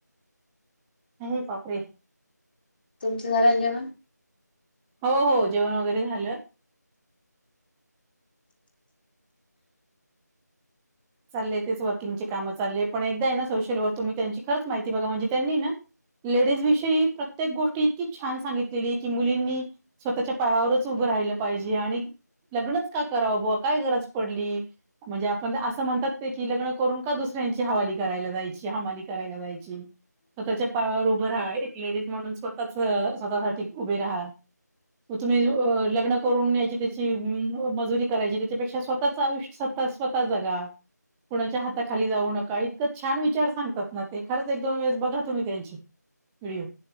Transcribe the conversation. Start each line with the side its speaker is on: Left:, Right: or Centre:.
Centre: नाही बापरीे
Left: तुमच्या झाराात जेवण
Centre: हो हो जेवण वगैरे झालं. चालय तेच वर्किंगची कामं चाले पण एकदा आहे ना सोशल वर् तुम्ही त्यांची खंच माहिती बघा म्हणज त्यांनी ना लेडीज विषयी. प्र्येक गोष्टी इतकी छान सांगितलेली की मुलींनी स्वतःच्या पायावरच उभं राहिलं पाहिजे आणि लग्नच का कराव बं काय गरज पडली म्हणजे आपण म्हणतात ते की लग्न करून का दुसऱ्यांची हवाली करायला जायची हमाली करायला जायची. स्वतःच्या पायावर उभं राहा एक लेडीज म्हणून स्वतःच स्वतःसाठी उभे राहा तुम्ही लग्न करून याची त्याची मजुरी करायची. त्याच्यापेक्षा स्वतःचं आयुष्य स्वतः जगा कुनाच्या हाताखाली. जाऊ नका इतक छान विचार सांगतात ना ते खरंच एक दोन वेळेस बघा तुम्ही त्यांची व्हिडीओ.